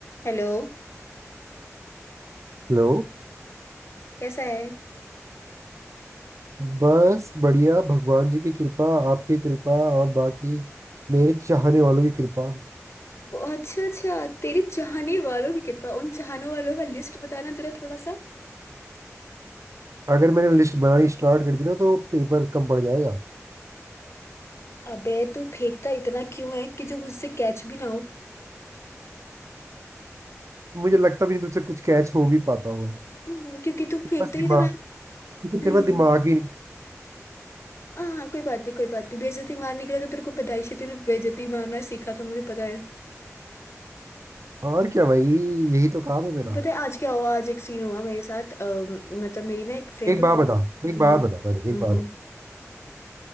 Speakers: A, on the left (about 55°); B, on the right (about 70°).
A: Hello
B: हेलो
A: कैसा है
B: बस बढ़िया भगवान जी की कृपा आपकी कृपा और बाकी मेरे चाहने वालों की कृपा
A: ओ, अच्छा अच्छा तेरे चाहने वालों की कृपा उन चाहने वालों का लिस्ट बताना जरा थोड़ा सा
B: अगर मैंने लिस्ट बनानी स्टार्ट कर दी ना तो पेपर कम पड़ जाएगा
A: अबे तू फेंकता इतना क्यों है कि जो मुझसे कैच भी ना हो
B: मुझे लगता भी नहीं तुझसे कुछ कैच हो भी पाता होगा
A: हम्म, क्योंकि तू
B: तेरे
A: फेंकता
B: पास
A: ही
B: दिमाग
A: इतना है। हम्म,
B: तेरे पास दिमाग ही नहीं
A: हाँ कोई बात नहीं कोई बात नहीं बेइज्जती मारने के लिए तो तेरे को पैदाइशी तूने बेइज्जती मारना सीखा था मुझे पता है
B: और क्या भाई यही तो काम है मेरा
A: पता है आज क्या हुआ आज एक सीन हुआ मेरे साथ अम, मतलब मेरी ना एक फ्रेंड
B: एक
A: का
B: बात
A: कॉल
B: बता
A: हम्म
B: एक बात बता पहले
A: हम्म
B: एक बात
A: हम्म।
B: बता